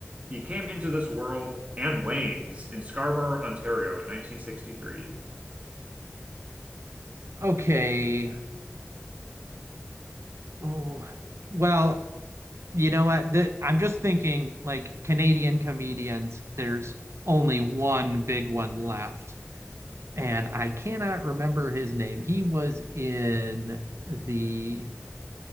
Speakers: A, on the right (about 30°); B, on the right (about 80°).
A: he came into this world and wanes in Scarborough, Ontario in 1963.
B: Okay. Oh well, you know what? The, I'm just thinking like Canadian comedians. There's only one big one left, and I cannot remember his name. He was in the